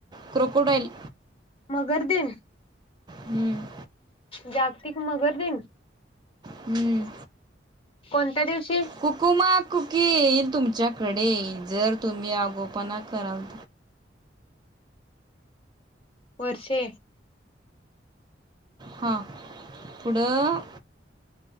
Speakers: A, on the right (about 25°); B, on the left (about 30°).
A: क्रोकोडॉइल.
B: <unintelligible> दिन.
A: हम्म!
B: जागतिक मगर दिन
A: हम
B: कोणत्या दिवशी
A: हुकूमात. कुक येईल, तुमच्याकडे जर तुम्ही आगोपणा कराल.
B: वर्षे
A: हा पुढं